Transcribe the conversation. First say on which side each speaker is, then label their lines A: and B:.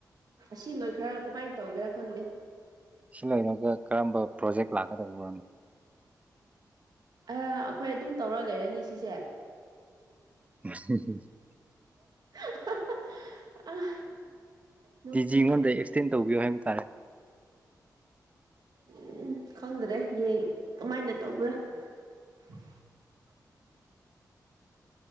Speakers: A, on the right (about 65°); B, on the right (about 20°).
A: ꯑꯁꯤ ꯅꯣꯏ ꯈꯔ ꯀꯃꯥꯏꯅ ꯇꯧꯒꯦꯔꯥ ꯈꯪꯗꯦ
B: ꯁꯤ ꯂꯩꯔꯒ ꯀꯔꯝꯕ ꯄ꯭ꯔꯣꯖꯦꯛ ꯂꯥꯛꯀꯗ ꯑꯣꯏꯔꯅꯤꯣ
A: ꯑꯩꯈꯣꯏ ꯑꯗꯨꯝ ꯇꯧꯔ ꯂꯩꯔꯅꯤ ꯁꯤꯁꯦ
B: <unintelligible>
A: <unintelligible> ꯑꯥ ꯅꯣꯛꯅꯤꯡ
B: ꯗꯤꯖꯤ ꯑꯩꯉꯣꯟꯗ ꯑꯦꯛꯁꯇꯦꯟ ꯇꯧꯕꯤꯌꯣ ꯍꯥꯏꯕ ꯇꯥꯔꯦ
A: ꯎꯝ ꯈꯪꯗ꯭ꯔꯦ ꯌꯦ ꯀꯃꯥꯏꯅ ꯇꯧꯕ꯭ꯔꯥ <unintelligible>